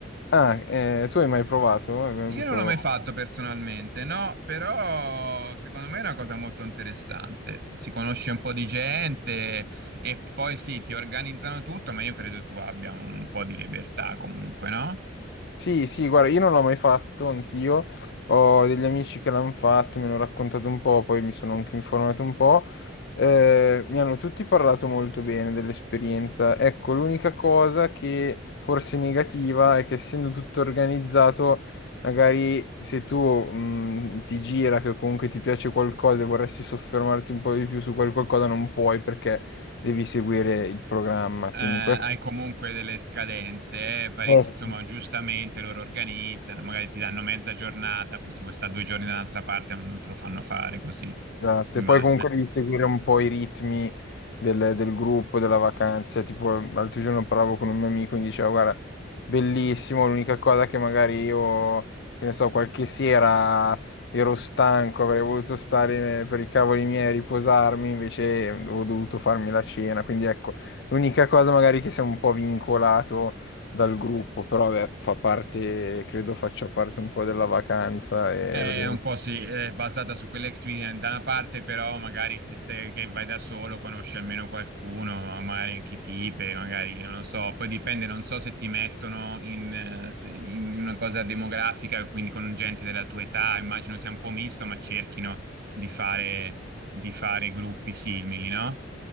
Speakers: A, on the left (about 60°); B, on the right (about 55°).
A: Ah, eh, tu hai mai provato? Hai mai avuto...
B: Io non l'ho mai fatto personalmente, no, però secondo me è una cosa molto interessante. Si conosce un po' di gente e poi sì, ti organizzano tutto, ma io credo tu abbia un po' di libertà comunque, no?
A: Sì, sì, guarda, io non l'ho mai fatto, anch'io. Ho degli amici che l'hanno fatto, mi hanno raccontato un po', poi mi sono anche informato un po'. Eh, mi hanno tutti parlato molto bene dell'esperienza. Ecco, l'unica cosa che forse è negativa è che essendo tutto organizzato, magari se tu mh, ti gira che comunque ti piace qualcosa e vorresti soffermarti un po' di più su quel qualcosa, non puoi perché devi seguire il programma.
B: Eh,
A: Quindi
B: hai
A: questo...
B: comunque delle scadenze, eh, parecchi,
A: Eh sì.
B: insomma, giustamente loro organizzano, magari ti danno mezza giornata, però se vuoi stare due giorni da un'altra parte non te lo fanno fare così.
A: Esatto,
B: Ma,
A: e poi comunque devi seguire un po' i ritmi del, del gruppo, della vacanza. Tipo, l'altro giorno parlavo con un mio amico e mi diceva, guarda, bellissimo, l'unica cosa che magari io, che ne so, qualche sera ero stanco, avrei voluto stare per i cavoli miei a riposarmi, invece ho dovuto farmi la cena. Quindi ecco, l'unica cosa magari che sei un po' vincolato dal gruppo, però beh, fa parte, credo faccia parte un po' della vacanza e
B: È
A: lo devi...
B: un po' sì, è basata su quell'experience da una parte, però magari se sei che vai da solo conosci almeno qualcuno, magari anche tipe, magari non lo so, poi dipende, non so se ti mettono in, eh, se- in una cosa demografica, quindi con gente della tua età, immagino sia un po' misto, ma cerchino di fare, di fare gruppi simili, no?